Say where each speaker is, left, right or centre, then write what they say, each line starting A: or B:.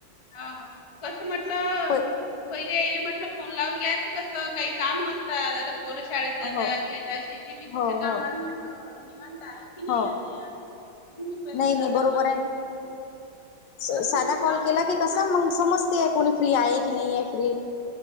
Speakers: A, on the left (about 30°); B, on the left (about 75°).
A: हा मग कसं म्हटलं.
B: प
A: पहिले येले म्हटलं फोन लावून घ्याच कसं काही काम असतात. पोर शाळेत जातात
B: हो
A: त्या शेती भीतीच्या
B: हो
A: कामात
B: हो
A: म्हटलं निवांत आहेत. की नाही
B: हो
A: आता म्हणून मी पहिले
B: नाही
A: साधा
B: नाही बरोबर
A: कॉल केला.
B: आहे ना. साधा
A: कसं म्हणजे
B: कॉल
A: कामं
B: केला
A: असतात
B: की कस
A: ना
B: मग समजते कोणी फ्री आहे की नाही आहे फ्री.